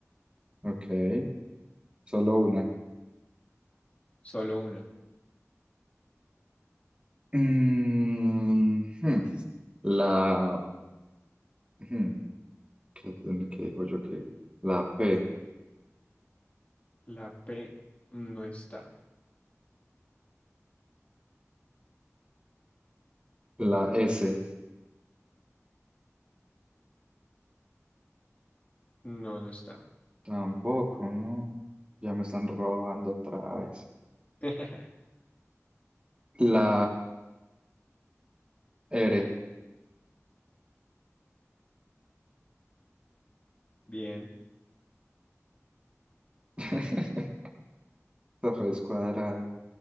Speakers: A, on the right; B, on the left.
A: ok, solo una.
B: Solo una.
A: Mm, hmm. La, hmm, ¿qué, qué digo yo que La P,
B: La P no está.
A: la S,
B: No, no está.
A: tampoco, no, ya me están robando otra vez.
B: <laughs>
A: La R.
B: Bien,
A: <laughs> La raíz cuadrada.